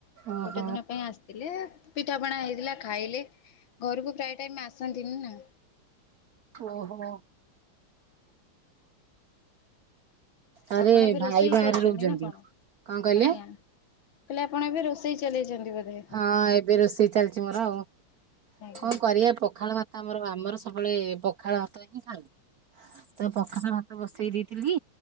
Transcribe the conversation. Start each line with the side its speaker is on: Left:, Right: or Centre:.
Right: ଓହୋ
Left: ଗୋଟେ ଦିନ ପାଇଁ ଆସି ଥିଲେ ପିଠା ପଣା ହେଇଥିଲା ଖାଇଲେ ଘରକୁ ପ୍ରୟ ଟାଇମ୍ ଆ ଆସନ୍ତିନି ନା।
Right: ଓହୋ ଆରେ
Left: ଆପଣ ଏବେ
Right: ଭାଇ
Left: ରୋଷେଇ
Right: ବାହାରେ
Left: କରୁଚନ୍ତି
Right: ରହୁଛନ୍ତି
Left: ନା କଣ?
Right: କଣ କହିଲେ
Left: ମୁଁ କଇଲି ଆପଣ ଏବେ ରୋଷେଇ ଚାଲେଇଚନ୍ତି ବୋଧେ?
Right: ହଁ ଏବେ ରୋଷେଇ ଚାଲିଛି ମୋର ଆଉ,
Left: ଆଜ୍ଞା
Right: କଣ କରିଆ ପଖାଳ ଭା ତ ଆମର-ଆମର ସବୁବେଳେ ପଖାଳ ଭାତ ହିଁ ଖାଆନ୍ତି। ତ ପଖାଳ ଭାତ ବସେଇ ଦେଇଥିଲି,